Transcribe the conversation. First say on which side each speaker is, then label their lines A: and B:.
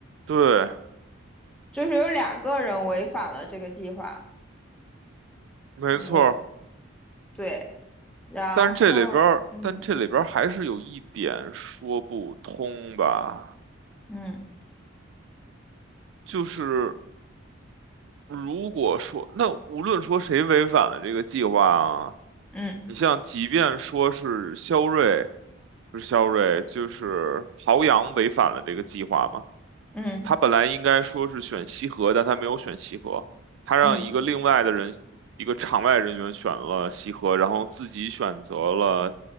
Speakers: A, on the right (about 60°); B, in the centre.
A: 对，
B: 就是有两个人违反了这个计划。
A: 没错。
B: 我对，然后嗯。
A: 但是这里边儿，但这里边儿还是有一点说不通吧，
B: 嗯
A: 就是如果说，那无论说谁违反了这个计划啊，
B: 嗯
A: 你像即便说是肖瑞，不是肖瑞，就是陶阳违反了这个计划嘛，
B: 嗯
A: 他本来应该说是选西河，但他没有选西河，他让一个另外的人，
B: 嗯
A: 一个场外人员选了西河，然后自己选择了